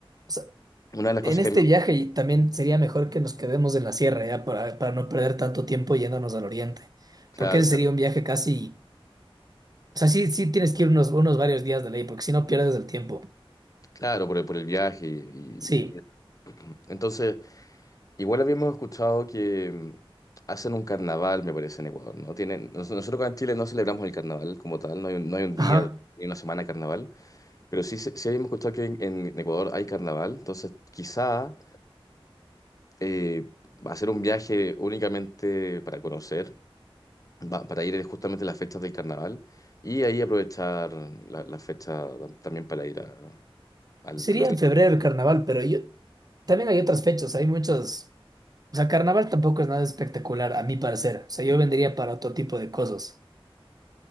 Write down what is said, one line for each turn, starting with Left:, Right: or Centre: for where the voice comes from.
Right: O sea,
Left: una de las
Right: en
Left: cosas
Right: este
Left: que a mí-
Right: viaje y también sería mejor que nos quedemos en la sierra ya para, para no perder tanto tiempo yéndonos al oriente.
Left: Claro,
Right: Porque ese
Left: claro.
Right: sería un viaje casi. O sea, sí, sí tienes que ir unos, unos varios días de ley, porque si no pierdes el tiempo.
Left: Claro, por el, por el viaje y,
Right: Sí.
Left: y- y- Entonces, Igual habíamos escuchado que mm, hacen un carnaval, me parece, en Ecuador, ¿no? Tienen, nos- nosotros acá en Chile no celebramos el carnaval como tal, no hay un, no hay un día
Right: Ajá.
Left: ni una semana de carnaval, pero sí, se- sí habíamos escuchado que en, en Ecuador hay carnaval, entonces quizá eh, hacer un viaje únicamente para conocer, va- para ir justamente a las fechas del carnaval y ahí aprovechar la, la fecha también para ir a- al,
Right: Sería
Left: al oriente.
Right: en febrero el carnaval, pero yo también hay otras fechas, hay muchos. O sea, carnaval tampoco es nada espectacular, a mi parecer. O sea, yo vendría para otro tipo de cosas.